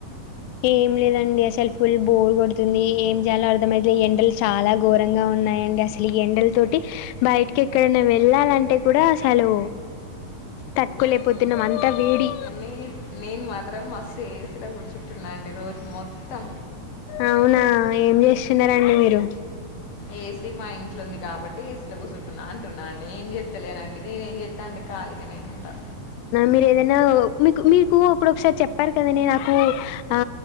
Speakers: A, on the left; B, on the left.
A: ఏం లేదండి అసలు ఫుల్ బోర్ కొడుతుంది, ఏం చేయాలో అర్థమైతలేదు, ఎండలు చాలా ఘోరంగా ఉన్నాయి. అండి అసలు ఈ ఎండల తోటి బయటకి ఎక్కడన్నా వెళ్ళాలంటే కూడా అసలు తట్టుకోలేకపోతున్నాం అంతా వేడి
B: నే నేను మాత్రం మస్తు ఏ సీల కూర్చుంటున్నా అండి రోజు మొత్తం.
A: అవునా ఏం చేస్తున్నారండి మీరు?
B: ఏ సి మా ఇంట్లో ఉంది కాబట్టి ఏసిలో కూసుంటున్నా అంటున్నా అండి, ఏం చేత్తలేనండి నేనే ఏం చేత్త అండి. ఖాళీగనే ఉంటా.
A: మీరు ఏదైనా మీకు మీకు అప్పుడొకసారి చెప్పారు కదండి నాకు ఆ